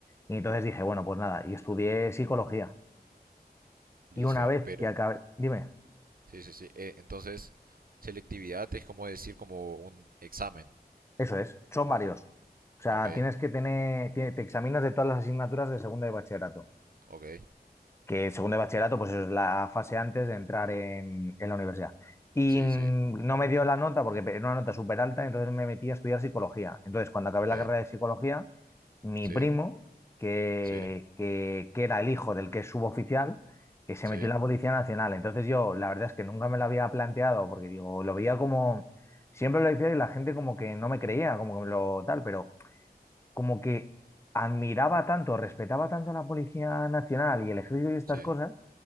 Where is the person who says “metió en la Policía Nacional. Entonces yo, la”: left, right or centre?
Left